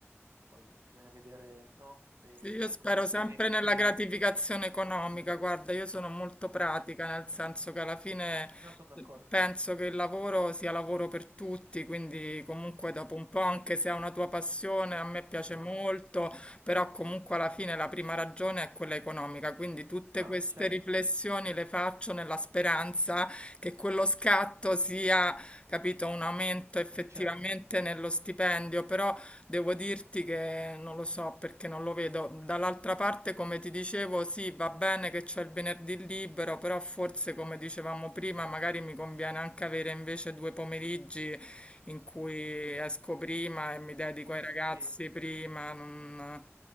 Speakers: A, on the right (about 75°); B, on the left (about 25°).
A: poi bisogna vedere, no, le,
B: Sì, Io
A: le
B: spero
A: condizioni
B: sempre
A: effettive.
B: nella gratificazione economica, guarda, io sono molto pratica,
A: Mm,
B: nel senso che alla fine
A: ah, sono d'accordo.
B: eh, penso che il lavoro sia lavoro per tutti, quindi comunque dopo un po', anche se è una tua passione, a me piace
A: No,
B: molto, però comunque alla fine la prima ragione è quella economica, quindi tutte
A: no,
B: queste
A: certo,
B: riflessioni le faccio nella speranza che quello scatto sia, capito, un aumento effettivamente
A: certo,
B: nello stipendio, però... Devo dirti che non lo so perché non lo vedo. Dall'altra parte, come ti dicevo, sì, va bene che c'è il venerdì libero, però forse, come dicevamo prima, magari mi conviene anche avere invece due pomeriggi in cui esco prima e mi dedico
A: forse
B: ai ragazzi
A: sì.
B: prima. Non,